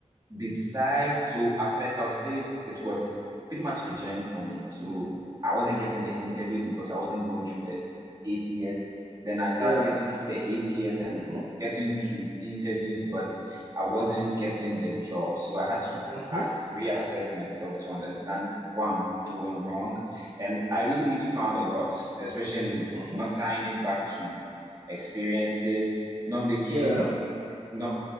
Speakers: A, on the right; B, on the right.
A: besides so at first I would say it was pretty much a journey for me. So I wasn't getting the interviews because I wasn't going through the ATS. Then I started
B: yeah.
A: getting through the ATS and
B: Mm-hmm.
A: getting to interviews, but I wasn't getting the job. So I had to
B: Mm-hmm.
A: as reassess myself to understand what I'm doing wrong. And I really, really found a lot, especially
B: Mm-hmm.
A: not tying it back to experiences, not making,
B: Yeah.
A: not